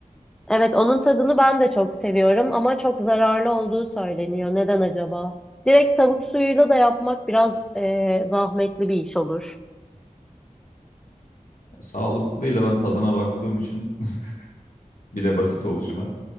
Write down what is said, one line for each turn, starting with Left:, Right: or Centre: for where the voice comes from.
Centre: Evet, onun tadını ben de çok seviyorum ama çok zararlı olduğu söyleniyor. Neden acaba? Direkt tavuk suyuyla da yapmak biraz e, zahmetli bir iş olur.
Left: Sağlıklıyla ben tadına baktığım için <laughs> bir de basit oluşuna